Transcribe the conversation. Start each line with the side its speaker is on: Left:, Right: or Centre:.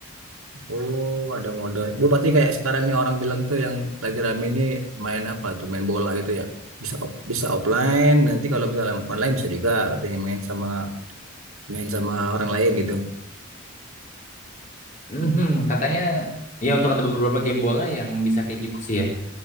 Right: Oh, ada mode. Bu, berarti kayak sekarang ini orang bilang tuh yang lagi rame ini main apa tuh? Main bola gitu ya. Bisa op- bisa offline, nanti kalau misalnya online bisa juga katanya main sama main sama orang lain gitu.
Left: Mhm, katanya ya untuk ada beberapa game bola yang bisa kayak gitu sih ya.